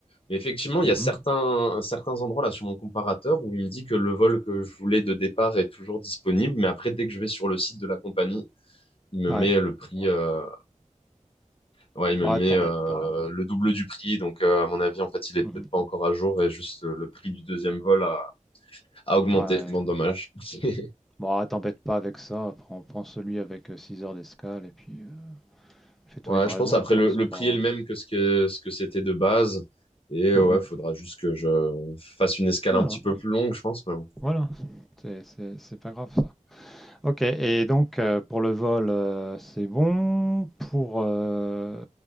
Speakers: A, on the left; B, in the centre.
A: Mais effectivement, il
B: Mhm.
A: y a certains, certains endroits là sur mon comparateur où il me dit que le vol que je voulais de départ est toujours disponible, mais après, dès que je vais sur le site de la compagnie, il me
B: Ouais,
A: met le prix, euh, ouais, il me
B: bah
A: met
B: t'embête
A: euh,
B: pas.
A: le double du prix. Donc, euh, à mon avis, en fait, il est
B: Mhm.
A: peut-être pas encore à jour et juste euh, le prix du deuxième vol a, a augmenté.
B: Ouais,
A: Bon, dommage. <laughs>
B: bah t'embête pas avec ça. Prends, prends celui avec euh, 6 heures d'escale et puis euh, fais-toi
A: Ouais,
B: une raison,
A: je pense après
B: quoi.
A: le,
B: C'est
A: le prix
B: pas.
A: est le même que ce que ce que c'était de base. Et euh,
B: Mhm.
A: ouais, faudra juste que je fasse une escale
B: Voilà,
A: un petit peu plus longue, je pense. mais bon.
B: voilà. C'est c'est- c'est pas grave ça. Ok, et donc euh, pour le vol, euh, c'est bon. Pour euh,